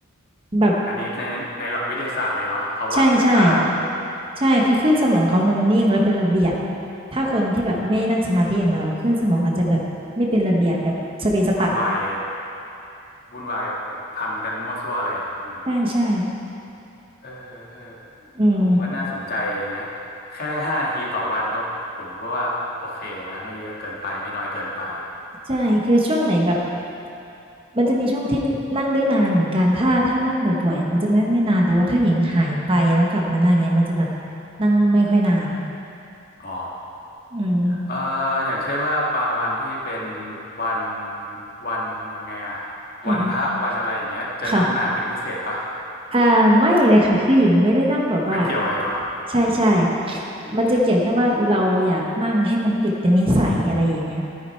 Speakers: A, on the right; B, on the left.
A: แบบ
B: <laughs> อันนี้ในในหลักวิทยาศาสตร์เลยเนาะเขาวัดค่าอะไร
A: ใช่ใช่ใช่คือคลื่นสมองเขามันนิ่งแล้วเป็นระเบียบ
B: อืม
A: ถ้าคนที่แบบไม่นั่งสมาธิอย่างเราคลื่นสมองอาจจะแบบไม่เป็นระเบียบแบบสเปะสปะ
B: วุ่นวายวุ่นวายแบบพันกันมั่วซั่วเลยอืม
A: ใช่ใช่
B: เออเออ
A: อืม
B: ผมว่าน่าสนใจนะแค่ห้านาทีต่อวันก็ผมก็ว่าโอเคนะไม่เยอะเกินไปไม่น้อยเกินไป
A: ใช่คือช่วงไหนแบบมันจะมีช่วงที่นั่งได้นานเหมือนกันถ้าถ้านั่งบ่อยๆอ่ะมันจะนั่งได้นานแต่ว่าถ้าหญิงหายไปแล้วกลับมานั่งเงี้ยมันจะแบบนั่งไม่ค่อยนาน
B: อ๋อ
A: อืม
B: เอ่ออย่างเช่นว่าบางวันที่เป็นวันวันยังไงอะ
A: อืม
B: วันพระวันอะไรอย่างเงี้ยจะนั่งนานเป็นพิเศษปะ
A: ๆค่ะ อ่าไม่เลยค่ะคือหญิงไม่ได้นั่งแบบว่า
B: ไม่เกี่ยวเลยเนาะอืม
A: ใช่ใช่มันจะเกี่ยวแค่ว่าเราอยากนั่งให้มันติดเป็นนิสัยอะไรอย่างเงี้ย